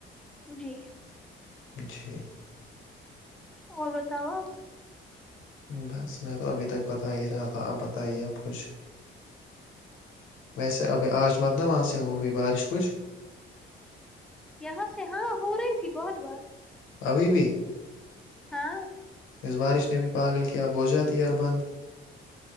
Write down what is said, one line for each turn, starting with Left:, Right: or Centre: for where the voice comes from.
Centre: جی
Left: جی
Centre: اور بتاؤ آپ
Left: بس میں تو ابھی تک بتا ہی رہا تھا اب بتائیے اب کچھ ویسے ابھی آج مت نہ وہاں سے ہو ہوئی بارش کچھ
Centre: یہاں سے ہاں ہو رہی تھی بہت بار
Left: ابھی بھی
Centre: ہاں
Left: اس بارش نے بھی پاگل کیا اب ہو جاتے ار بند